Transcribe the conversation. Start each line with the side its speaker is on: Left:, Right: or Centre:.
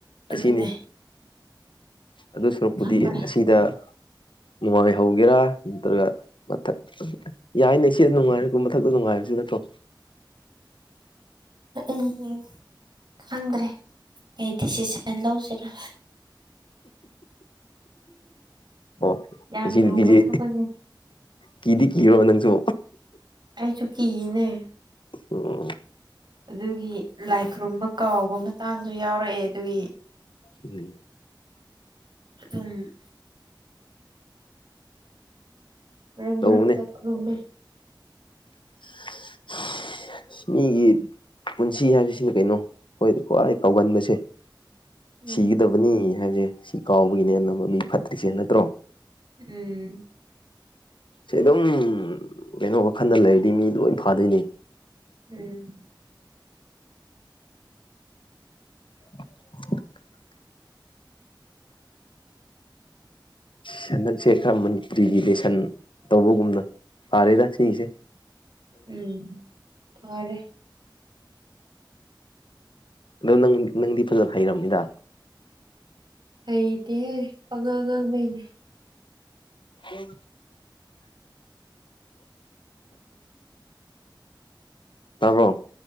Right: ꯑꯗꯨꯅꯦ
Left: ꯑꯁꯤꯅꯤ ꯑꯗꯨ ꯁꯨꯔꯨꯛꯄꯨꯗꯤ
Right: ꯈꯪꯗ꯭ꯔꯦ
Left: ꯑꯁꯤꯗ ꯅꯨꯡꯉꯥꯏꯍꯧꯒꯦꯔꯥ ꯅꯠꯇ꯭ꯔꯒ ꯃꯊꯛ ꯌꯥꯏꯅꯦ ꯁꯤ ꯅꯨꯡꯉꯥꯏꯔ ꯨꯝ ꯃꯊꯛꯇ ꯅꯨꯡꯉꯥꯏꯕ ꯁꯤ ꯅꯠꯇ꯭ꯔꯣ
Right: ꯎꯝ ꯈꯪꯗ꯭ꯔꯦ ꯑꯩ ꯗꯤꯁꯤꯖꯟ ꯂꯧꯁꯤꯔ
Left: ꯑꯣ
Right: ꯌꯥꯝ
Left: ꯉꯁꯤ
Right: ꯂꯨꯕ
Left: ꯅꯨꯄꯤꯁꯦ
Right: ꯊꯕꯛꯅꯤ
Left: ꯀꯤꯗꯤ ꯀꯤꯔꯣ ꯅꯪꯁꯨ
Right: ꯑꯩ ꯆꯨꯀꯤꯅꯦ
Left: ꯑꯣ
Right: ꯑꯗꯨꯒꯤ ꯂꯥꯏ ꯈꯨꯔꯨꯝꯕ ꯀꯥꯎꯕ ꯃꯇꯥꯡꯁꯨ ꯌꯥꯎꯔꯛꯑꯦ ꯑꯗꯨꯒꯤ
Left: ꯎꯝ
Right: ꯎꯝ ꯃꯔꯛ ꯃꯔꯛꯛꯇꯛ
Left: ꯇꯧꯕꯅꯦ
Right: ꯉꯨꯝꯃꯦ
Left: <unintelligible> ꯃꯤꯒꯤ ꯄꯨꯟꯁꯤ ꯍꯥꯏꯕꯁꯤꯅ ꯀꯩꯅꯣ ꯑꯩꯈꯣꯏꯗ ꯈ꯭ꯋꯥꯏ ꯀꯧꯒꯟꯕꯁꯦ
Right: ꯎꯝ
Left: ꯁꯤꯒꯗꯕꯅꯤ ꯍꯥꯏꯕꯁꯦ ꯁꯤ ꯀꯥꯎꯕꯒꯤꯅꯦꯅ ꯃ ꯃꯤ ꯐꯠꯇ꯭ꯔꯤꯁꯦ ꯅꯠꯇ꯭ꯔꯣ
Right: ꯎꯝ
Left: ꯁꯤ ꯑꯗꯨꯝ ꯀꯩꯅꯣ ꯋꯥꯈꯜꯗ ꯂꯩꯔꯤꯗꯤ ꯃꯤ ꯂꯣꯏ ꯐꯥꯗꯣꯏꯅꯦ
Right: ꯎꯝ
Left: <inaudible> ꯁꯟꯗꯛꯁꯦ ꯈꯔ ꯃꯟꯇ꯭ꯔꯤꯒꯤ ꯂ ꯁꯟ ꯇꯧꯕꯒꯨꯝꯅ ꯐꯥꯔꯦꯗ ꯁꯤꯁꯦ
Right: ꯎꯝ ꯐꯔ
Left: ꯑꯣꯪ ꯅꯪꯗꯤ ꯐꯖꯅ ꯍꯩꯔꯝꯃꯤꯗ
Right: ꯑꯩꯗꯤꯦ ꯑꯉꯥꯡꯉꯥꯡꯕꯩꯅꯦ
Left: ꯎꯝ ꯇꯔꯣ